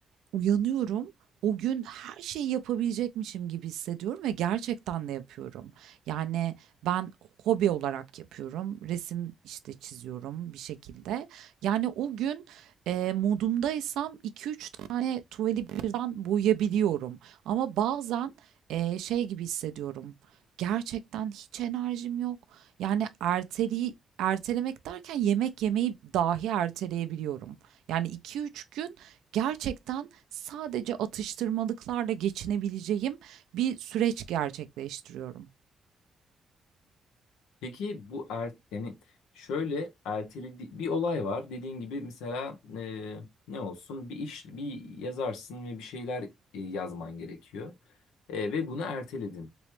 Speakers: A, on the right; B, on the left.
A: Uyanıyorum. O gün her şeyi yapabilecekmişim gibi hissediyorum ve gerçekten de yapıyorum. Yani ben hobi olarak yapıyorum. Resim işte çiziyorum bir şekilde. Yani o gün e, modumdaysam iki üç tane tuvali birden boyayabiliyorum. Ama bazen e, şey gibi hissediyorum. Gerçekten hiç enerjim yok. Yani erteliği ertelemek derken yemek yemeyi dahi erteleyebiliyorum. Yani iki üç gün Gerçekten sadece atıştırmalıklarla geçinebileceğim bir süreç gerçekleştiriyorum.
B: Peki bu er, yani şöyle erteledi bir olay var. Dediğin gibi mesela e, ne olsun bir iş bir yazarsın ve bir şeyler e, yazman gerekiyor. E, ve bunu erteledin.